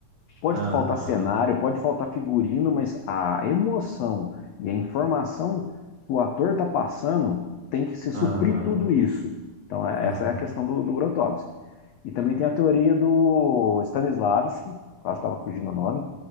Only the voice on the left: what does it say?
Pode
faltar cenário, pode faltar figurino, mas a emoção e a informação que o ator está passando tem que se
suprir tudo isso. Então, é-
essa é a questão do, do Grotowski. E também tem a teoria do Stanislavski, quase estava fugindo o nome,